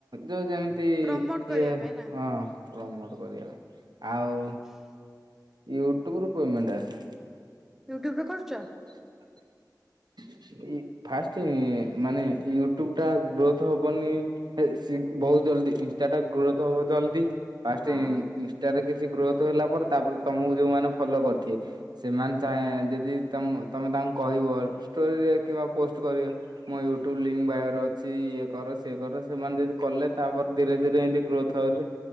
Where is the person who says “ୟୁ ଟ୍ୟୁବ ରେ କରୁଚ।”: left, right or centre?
Centre